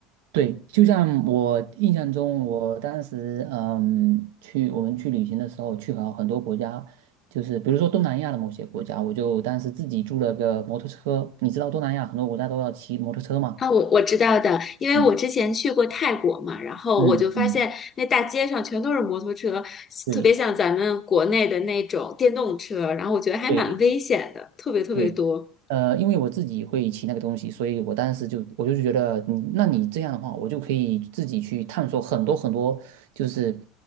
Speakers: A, on the right; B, on the left.
A: 对，就像我印象中，我当时嗯去我们去旅行的时候，去好很多国家，就是比如说东南亚的某些国家，我就当时自己租了个摩托车。你知道东南亚很多国家都要骑摩托车嘛？
B: 啊，我我知道的，因为我之前去过泰国嘛，
A: 嗯
B: 然后我就发现那大街上全都是摩托车，
A: 嗯嗯，对
B: 特别像咱们国内的那种电动车，然后我觉得还蛮危险的，
A: 对，
B: 特别特别多。
A: 对，呃，因为我自己会骑那个东西，所以我当时就我就觉得你，那你这样的话，我就可以自己去探索很多很多，就是